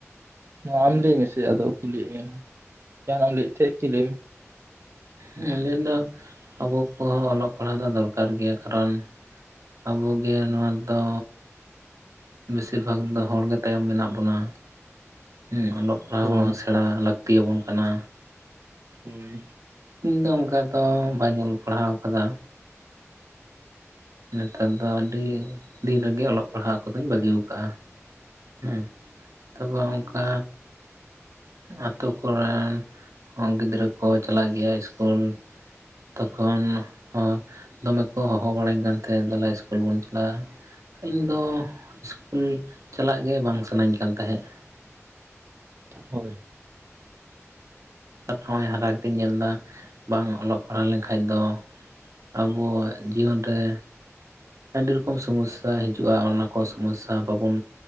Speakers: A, on the right (about 55°); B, on the right (about 85°).
A: ᱢᱟ ᱟᱢ ᱞᱟᱹᱭ ᱢᱮᱥᱮ ᱟᱫᱚ, ᱠᱩᱞᱤᱭᱮᱫ ᱢᱮᱭᱟ ᱡᱟᱦᱟᱱᱟᱜ ᱮᱢ ᱞᱟᱹᱭᱮᱫ ᱛᱟᱦᱮᱸ, ᱠᱤ ᱞᱟᱹᱭ ᱢᱮ?
B: ᱟᱞᱤᱧ ᱞᱟᱹᱭᱫᱟ, ᱟᱵᱚ ᱠᱚᱦᱚᱸ ᱚᱞᱚᱜ ᱯᱟᱲᱦᱟᱜ ᱫᱚ, ᱫᱚᱨᱠᱟᱨ ᱜᱮᱭᱟ ᱠᱟᱨᱚᱱ ᱟᱵᱚᱜᱮ, ᱱᱚᱶᱟ ᱫᱚ ᱵᱮᱥᱤᱨ ᱵᱷᱟᱜᱽ ᱫᱚ ᱦᱚᱲ ᱜᱮ, ᱛᱟᱭᱚᱢ ᱢᱮᱱᱟᱜ ᱵᱚᱱᱟ᱾ ᱦᱮᱸ ᱚᱞᱚᱜ ᱯᱟᱲᱦᱟᱣ
A: ᱦᱳᱭ
B: ᱦᱚᱸ, ᱥᱮᱬᱟ ᱞᱟᱹᱠᱛᱤ ᱭᱟᱵᱚᱱ ᱠᱟᱱᱟ?
A: ᱦᱳᱭ,
B: ᱤᱧᱫᱚ ᱚᱱᱠᱟ ᱫᱚ, ᱵᱟᱹᱧ ᱚᱞ ᱯᱟᱲᱦᱟᱣ ᱠᱟᱫᱟ᱾ ᱱᱮᱛᱟᱨ ᱫᱚ ᱟᱹᱰᱤ ᱫᱤᱱ ᱨᱮᱜᱮ, ᱚᱞᱚᱜ ᱯᱟᱲᱦᱟᱜ ᱠᱚᱫᱚᱧ ᱵᱟᱹᱜᱤ ᱠᱟᱜᱼᱟ᱾ ᱦᱮᱸ, ᱛᱟᱨᱯᱚᱨ ᱚᱝᱠᱟ ᱟᱛᱳ ᱠᱚᱨᱮᱱ ᱦᱚᱸ, ᱜᱤᱫᱽᱨᱟᱹ ᱠᱚ ᱪᱟᱞᱟᱜ ᱜᱮᱭᱟ ᱥᱠᱩᱞ? ᱛᱚᱠᱷᱚᱱ ᱦᱚ, ᱫᱚᱢᱮ ᱠᱚ ᱦᱚᱦᱚ ᱵᱟᱲᱟᱧ ᱠᱟᱱ ᱛᱟᱦᱮᱸᱫ, ᱫᱮᱞᱟ ᱥᱠᱩᱞ᱾ ᱥᱠᱩᱞ ᱵᱚᱱ ᱪᱟᱞᱟᱜᱼᱟ, ᱤᱧ ᱫᱚ ᱥᱤᱥᱠᱩᱞ ᱪᱟᱞᱟᱜ ᱜᱮ, ᱵᱟᱝ ᱥᱟᱱᱟᱧ ᱠᱟᱱ ᱛᱟᱦᱮᱸᱜ᱾
A: ᱦᱳᱭ,
B: ᱟᱨ ᱱᱚᱜᱼᱭ ᱦᱟᱨᱟ ᱠᱟᱛᱮᱧ ᱧᱮᱞ ᱫᱟ, ᱵᱟᱝ ᱚᱞᱚᱜ ᱯᱟᱲᱦᱟᱣ ᱞᱮᱱᱠᱷᱟᱡ ᱫᱚ? ᱟᱵᱚᱣᱟᱜ ᱡᱤᱭᱚᱱ ᱨᱮ, ᱟᱹᱰᱤ ᱨᱚᱠᱚᱢ ᱥᱚᱢᱚᱥᱥᱟ᱾ ᱟᱠᱟ ᱦᱤᱡᱩᱜᱼᱟ ᱚᱱᱟ ᱠᱚ ᱥᱚᱢᱚᱥᱥᱟ, ᱵᱟᱵᱚᱱ